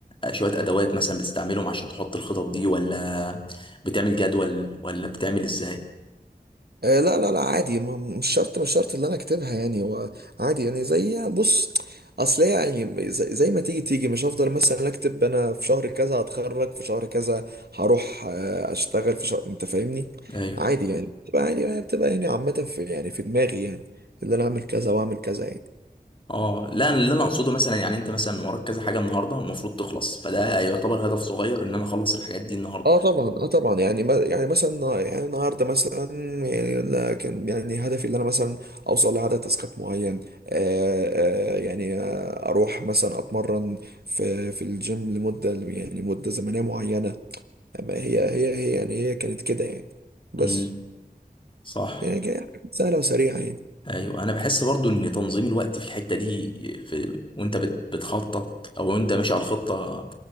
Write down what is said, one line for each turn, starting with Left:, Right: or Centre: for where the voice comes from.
Left: شوية ادوات مثلا بتستعملهم عشان تحط الخطط دي ولا بتعمل جدول ولا بتعمل ازاي
Right: آه لا لا لا عادي م- مش شرط مش شرط اللي انا اكتبها يعني هو عادي يعني زي بص اصل هي يعني زي, زي ما تيجي تيجي مش هفضل مثلا اكتب انا في شهر كذا هتخرج في شهر كذا هروح آه، اشتغل في شهر انت فاهمني
Left: ايوه
Right: عادي يعني بتبقى عادي يعني بتبقى يعني عامة في يعني في دماغي يعني اللي انا اعمل كذا واعمل كذا يعني
Left: اه لا أنا اللي انا اقصده مثلا يعني انت مثلا وراك كذا حاجة النهاردة المفروض تخلص فده يعتبر هدف صغير ان انا اخلص الحاجات دي النهاردة
Right: اه طبعا اه طبعا يعني ما- يعني مثلا يعني النهارده مثلا يعني لا كان يعني هدفي ان انا مثلا اوصل لعدد تاسكات معين آه آه يعني آه اروح مثلا اتمرن في في الجيم لمده يعني مده زمنيه معينه ما هي هي هي يعني هي كانت كده يعني بس
Left: امم صح
Right: يعني كانت سهله وسريعه يعني
Left: ايوه انا بحس برضو ان تنظيم الوقت في الحته دي في وانت بت- بتخطط او وانت ماشي على الخطه